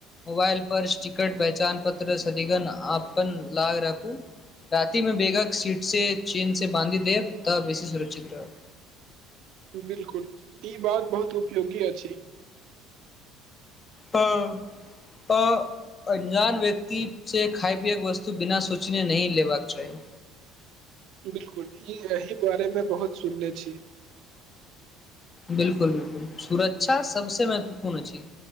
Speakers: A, on the left (about 20°); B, on the right (about 50°).
A: मोबाइल पर टिकट पहचान पत्र सदिगन अपन लाय रखू राति मे बैगक सीट से चेन से बाँधी देब तब बेसी सुरक्षित रहब
B: बिलकुल ई बात बहुत उपयोगी अछि।
A: हँ आ अंजान व्यक्ति सँ खाय पियएके वस्तु बिना सोचने नहि लेबाक चाही
B: बिलकुल ई एहि बारे मे बहुत सुनने छी।
A: बिलकुल बिलकुल सुरक्षा सबसे महत्वपूर्ण अछि।